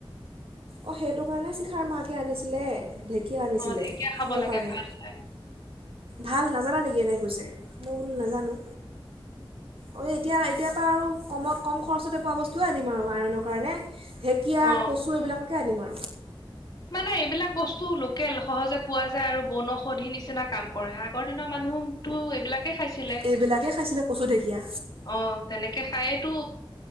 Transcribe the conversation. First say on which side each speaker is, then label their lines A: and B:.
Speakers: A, on the right (about 85°); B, on the left (about 45°).
A: অ সেইটো কাৰণে শিখাৰ মাকে আনিছিলে। ঢেঁকীয়া আনিছিলে
B: অ ঢেকীয়া খাব
A: সেই
B: লাগে
A: কাৰণে।
B: ভাল হয়
A: ভাল নাজানা নেকি এনেকে কৈছে মইবোলো নাজানোঁ। অ এতিয়া এতিয়াৰ পৰা আৰু। কমত কম খৰচতে পোৱা বস্তুৱে আনিম আৰু আইৰণনৰ কাৰণে। ঢেঁকীয়া
B: অ
A: কচু এইবিলাক। এনেকে আনিলা।
B: মানে এইবিলাক বস্তু লোকেল সহজে পোৱা যায় আৰু বন ঔষধি নিচিনা কাম কৰে আগৰ দিনৰ মানুহ। আগতটো এইবিলাকে খাইছিলে
A: এইবিলাকে খাইছিলে কচু ঢেকীয়া
B: অ তেনেকে খায়েই তো।